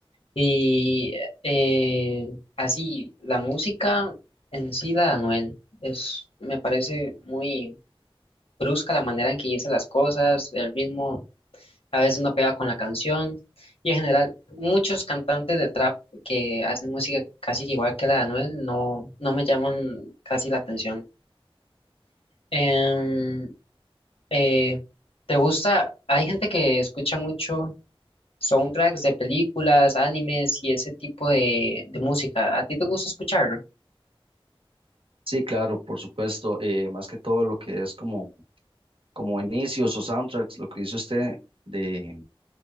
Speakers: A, on the left; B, on the right.
A: Y eh, así, la música en sí, la de Anuel, es, me parece muy brusca la manera en que dice las cosas, el ritmo a veces no pega con la canción, y en general muchos cantantes de trap que hacen música casi que igual que la de Anuel no, no me llaman casi la atención. Em, eh, ¿te gusta? Hay gente que escucha mucho. soundtracks de películas, animes y ese tipo de, de música. ¿A ti te gusta escucharlo?
B: Sí, claro, por supuesto. eh, más que todo lo que es como, como inicios o soundtracks, lo que dice usted de,